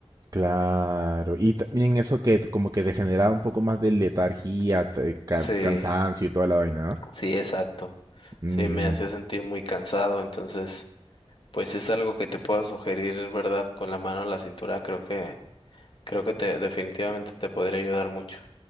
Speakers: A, on the right (about 35°); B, on the left (about 50°).
A: Claro, y también eso que como que te generaba un poco más de letargía, te- can-
B: Sí,
A: cansancio y toda la vaina, ¿no?
B: sí, exacto.
A: Mm.
B: Sí, me hacía sentir muy cansado, entonces... Pues es algo que te pueda sugerir, ¿verdad? Con la mano en la cintura, creo que, creo que te, definitivamente te podría ayudar mucho.